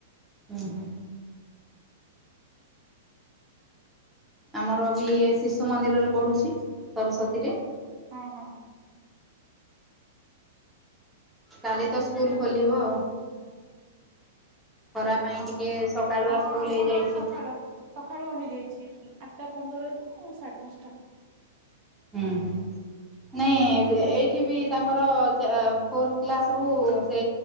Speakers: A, in the centre; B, on the right.
A: ହୁଁ ହୁଁ। ଆମର ବି ଇଏ ଶିଶୁ ମନ୍ଦିରରେ ପଢୁଛି ସରସ୍ଵତୀରେ।
B: ହଁ ହଁ।
A: କାଲି ତ ସ୍କୁଲ ଖୋଲିବ। ଖରା ପାଇଁ
B: ଅ
A: ଟିକେ ସକାଳୁଆ
B: ହଁ
A: ସ୍କୁଲ
B: ଆମର
A: ହେଇଯାଇଛି।
B: ସକାଳୁଆ ସକାଳୁଆ ହେଇଯାଇଛି। ଆଠଟା ପନ୍ଦରରୁୁ ସାଢେ ଦଶଟା।
A: ହୁଁ ହୁଁ
B: ଆଉ
A: ନାଇଁ
B: କାଲି
A: ଏ ଯ
B: ମୁଁ
A: ଏଇଠି ବି ତାଙ୍କର ଚ ଅ ଫୋର୍ କ୍ଲାସ ରୁ ସେ